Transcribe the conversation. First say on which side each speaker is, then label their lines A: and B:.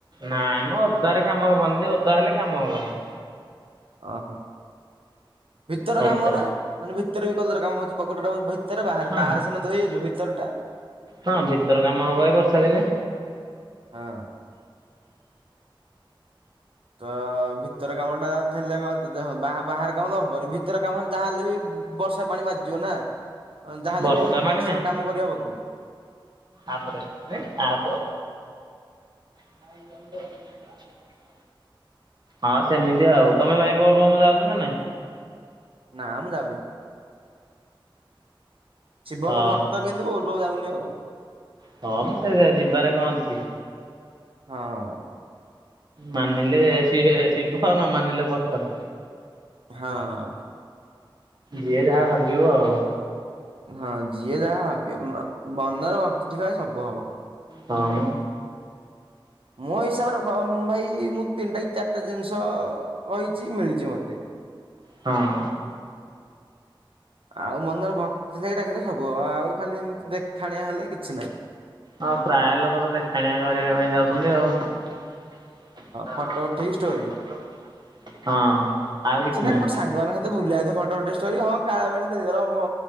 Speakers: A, on the right; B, on the right.
A: ନାଇଁ ମ ଓଦାରେ କାମ ହବନି ଯେ ଓଦା ହେଲେ କାମ ହବନି।
B: ଓହୋ ଭିତର
A: ଓଦା
B: କାମଗୁରା ମାନେ ଭିତରେ ବି କଲର କାମ ହଉଛି ବଗଟା ଭିତରେ ବାହାରେ
A: ହଁ
B: ବାହାରେ ସିନା ଧୋଇ ହେଇଯିବ ଭିତରେ ଭିତରଟା
A: ହଁ ଭିତର କାମ ହବ ଏ ବର୍ଷା ଦିନେ।
B: ହଁ ତ ଭିତର କାମ ଟା ଥେଲେ କ ବା ବାହର କାମ ତ ହବନି ଭିତର କାମ ଯାହାହେଲେ ବି ବର୍ଷା ପାଣି ବାଜିଯିବ ନା ଯାହାହେଲେ
A: ବର୍ଷା
B: କଁ
A: ପାଣି
B: କନଷ୍ଟାଣ୍ଟ୍ କାମ କରିହବ କି?
A: ଆପ୍ ରେ ଗପିବେ ଆପ୍ ହ <unintelligible> ହଁ ସେମିତି ଆଉ ତମେ ଭାଇ ବୋଲ୍ ବମ୍ ଯାଉଛ ନା ନାଇଁ?
B: ନାଁ ମୁଁ ଯାଉନି। ଶିବଙ୍କ
A: ହଁ
B: ଭକ୍ତ କିନ୍ତୁ ବୋଲ୍ ବମ୍ ଯାଉନି ଆଉ।
A: ହଁ ମ ସେ ଯିବାରେ କଣ ଅଛି।
B: ହଁ।
A: ମାନିଲେ ସିଏ ଶିବ ନ ମାନିଲେ ପଥର।
B: ହଁ
A: ଯିଏ ଯାହା ଭାବିବ ଆଉ।
B: ହଁ ଯିଏ ଯାହା ଭାବିବ ମ ମନରେ ଭକ୍ତି ଥିବ ହିଁ ସବୁ ହବ।
A: ହମ
B: ମୋ ହିସାବରେ ବ ଭାଇ ମୁଁ ତିନିଟା କି ଚାରିଟା ଜିନିଷ କହିଛି ମିଳିଛି ମତେ।
A: ହଁ।
B: ଆଉ ମନର ଭକ୍ତି ଥାଇଡାକିଲେ ସବୁ ହବ ଆଉ ଖାଲି ଏମିତି ଦେଖାଣିଆ ହେଲେ କିଛି ନାହିଁ।
A: ହଁ ପ୍ରାୟ ଲୋକ ତ ଦେଖାଣିଆ କରିବା ପାଇଁ ଯାଉଛନ୍ତି ଆଉ। ହଁ ହଁ
B: ଫଟୋ ଉଠେଇକି ଷ୍ଟୋରି।
A: ଆଉ କିଛି ନାହିଁ।
B: ସିନା କଣ ସାଙ୍ଗମାନଙ୍କ ସହିତ ସହ ବୁଲି ଯାଇଚ ଫଟୋ ଉଠେଇ ଷ୍ଟୋରି ହଁ କାଳେ ବେଳେ ଦେଇଦେଲ ବ